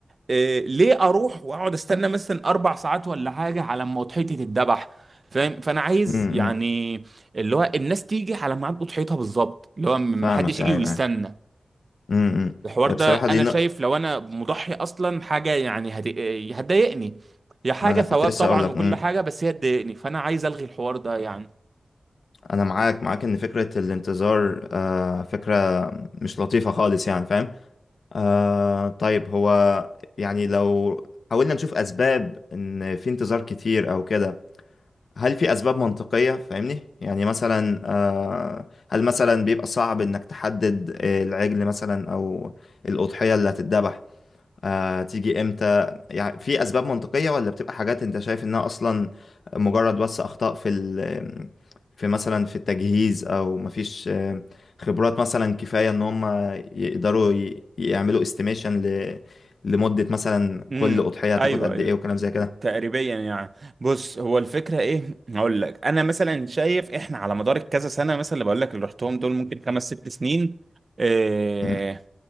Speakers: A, on the right (about 55°); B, on the left (about 80°).
A: آه ليه اروح واقعد استنى مثلا اربع ساعات ولا حاجه على ما اضحيتي تتذبح فاهم فانا عايز
B: امم
A: يعني
B: امم.
A: اللي هو الناس تيجي على ميعاد اضحيتها بالظبط اللي هو محدش
B: فاهمك
A: يجي
B: ايوه
A: ويستنى
B: ايوه امم امم.
A: الحوار
B: هي
A: ده
B: بصراحه
A: انا
B: دي نق...
A: شايف لو انا مضحي اصلا حاجه يعني هت- هتضايقني هي حاجه
B: ما انا
A: ثواب
B: كنت لسه
A: طبعا
B: اقول لك
A: وكل
B: امم
A: حاجه بس هي تضايقني فانا عايز الغي الحوار ده يعني
B: انا معاك معاك ان فكره الانتظار آه فكره مش لطيفه خالص يعني فاهم آه طيب هو يعني لو حاولنا نشوف اسباب ان في انتظار كتير او كده هل في اسباب منطقيه فاهمني يعني مثلا آه هل مثلا بيبقى صعب انك تحدد آه، العجل مثلا او الاضحيه اللي هتتذبح آه، تيجي امتى يعني في اسباب منطقية ولا بتبقى حاجات انت شايف انها اصلا مجرد بس اخطاء في ال في مثلا في التجهيز او مفيش آه، خبرات مثلا كفاية ان هم يقدروا ي- يعملوا استيميشن ل لمدة مثلا
A: امم
B: كل أضحية هتاخد
A: ايوه
B: قد
A: ايوه
B: ايه وكلام زي كده
A: تقريبا يعني بص هو الفكره ايه هقول لك انا مثلا شايف احنا على مدار كذا سنه مثلا اللي بقول لك اللي رحتهم دول ممكن خمس ست سنين آه،
B: مم،